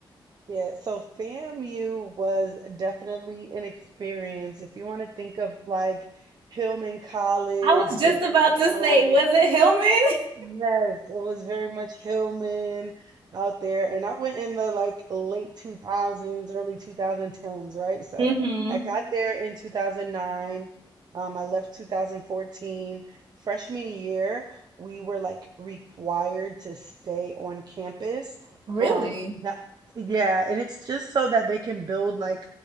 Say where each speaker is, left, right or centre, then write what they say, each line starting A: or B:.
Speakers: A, on the right (about 50°); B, on the right (about 75°).
A: Yeah, so FAMU was definitely an experience. If you want to think of like Hillman College,
B: I was just
A: different
B: about to
A: world.
B: say, was it Hillman?
A: Yes, it was very much Hillman out there. And I went in the like late 2000s, early 2010s, right? So
B: Mm-hmm.
A: I got there in 2009. Um, I left 2014. Freshman year, we were like required to stay on campus.
B: Really?
A: Um, that, yeah, and it's just so that they can build like